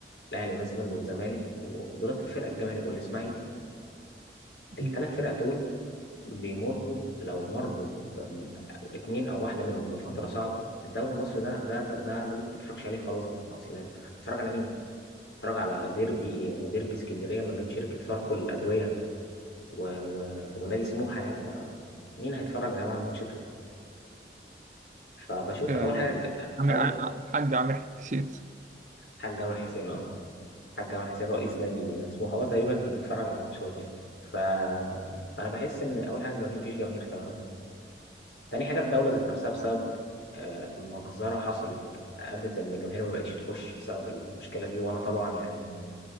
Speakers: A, on the left (about 85°); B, on the right (about 45°).
A: الاهلي مثلا والزمالك ودولت الفرق الجماهيريه والاسماعيلي الثلاث
B: مم.
A: فرق دول بيمروا لو مروا ب- اتنين او واحده منهم بفتره صعبه الدوري المصري ده ده ده ده, ده ممكن متفرجش عليه خلاص بقى اصل اتفرج على مين؟ اتفرج على ديربي ديربي اسكندريه ما بين شركه فاركو للادويه و... و... ونادي سموحه يعني ما- مين هيتفرج يا جماعه على الماتش ده؟ فبشوف
B: آه،
A: اول حاجه الج-
B: عامر
A: اول
B: ع- حاج عامر حسين
A: حاجه جمال حسين اه حاج جمال حسين رئيس نادي اسمه هو تقريبا هي بيتفرج على الماتشات يعني ف... فانا بحس ان اول حاجه الجماهير مفيش جماهير تماما تاني حاجه الدوله ذات نفسها بسبب آه، مجزره حصلت ادت ان الجماهير ما بقتش تخش بسبب المشكله دي وانا طبعا يعني